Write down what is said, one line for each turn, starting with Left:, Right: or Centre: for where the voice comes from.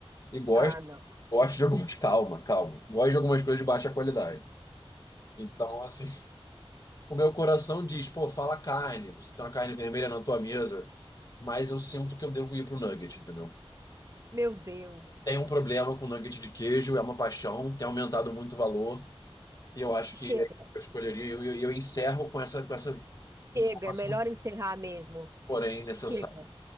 Left: e gosto,
Right: Ah, não.
Left: gosto de algumas. <laughs> Calma, calma. Gosto de algumas coisas de baixa qualidade. Então, assim, <laughs> o meu coração diz, pô, fala carne, você tem uma carne vermelha na tua mesa, mas eu sinto que eu devo ir pro nugget, entendeu?
Right: Meu Deus.
Left: tem um problema com nugget de queijo, é uma paixão, tem aumentado muito o valor, e eu acho
Right: Chega,
Left: que eu escolheria, e eu, eu, encerro com essa, com essa informação,
Right: chega. É melhor encerrar mesmo.
Left: porém necessária.
Right: Chega.